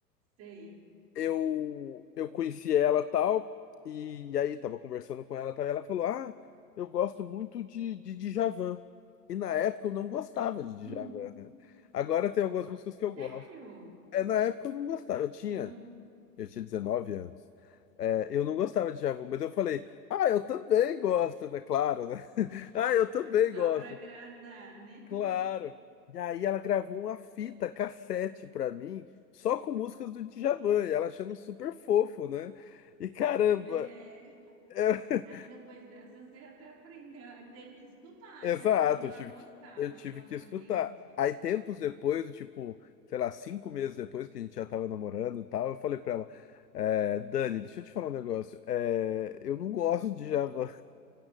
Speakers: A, on the right; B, on the left.
A: sei.
B: eu eu conheci ela tal e aí tava conversando com ela tal e ela falou: "Ah, eu gosto muito de de Djavan". E na época eu não gostava de Djavan,
A: Hum,
B: né? Agora tem algumas músicas que eu gosto.
A: sério?
B: É, na época eu não gostava. Eu tinha
A: <laughs>
B: eu tinha 19 anos. É, eu não gostava de Djavan, mas eu falei: "Ah, eu também gosto", né? Claro, né? <laughs> "Ah, eu também
A: Só
B: gosto".
A: pra agradar, né?
B: Claro. E aí ela gravou uma fita cassete pra mim, só com músicas do Djavan, e ela achando super fofo, né? E caramba,
A: É.
B: <laughs> é-
A: Aí depois dessa você até aprendeu, teve que escutar
B: exato,
A: e aprendeu
B: eu tive
A: a gostar,
B: que, eu
A: provavelmente.
B: tive que escutar. Aí tempos depois, do tipo, sei lá, cinco meses depois que a gente já tava namorando e tal, eu falei pra ela, é, Dani, deixa eu te falar um negócio, é, eu não gosto de Djavan.